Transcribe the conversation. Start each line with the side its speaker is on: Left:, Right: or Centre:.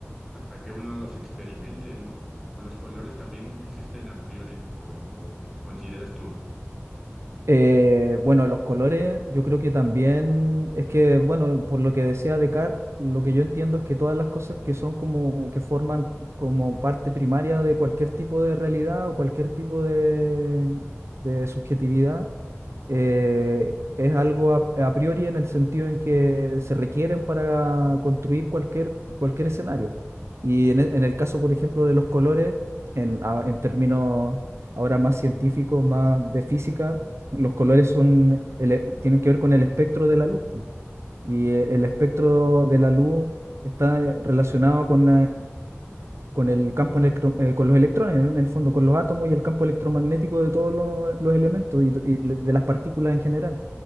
Centre: hasta que uno los experimente, ¿no? O los colores también existen a priori, o, o- o consideras tú.
Right: Eh, bueno, los colores, yo creo que también es que, bueno, por lo que decía Descartes, lo que yo entiendo es que todas las cosas que son como que forman como parte primaria de cualquier tipo de realidad o cualquier tipo de, de subjetividad eh, es algo a, a priori en el sentido en que se requieren para construir cualquier, cualquier escenario. Y en, e- en el caso, por ejemplo, de los colores, en, a- en términos ahora más científicos, más de física, los colores son, ele- tienen que ver con el espectro de la luz. Y eh, el espectro de la luz está eh, relacionado con, con el campo electro- eh, con los electrones, en el fondo, con los átomos y el campo electromagnético de todos lo- los, elementos y, to- y de de las partículas en general.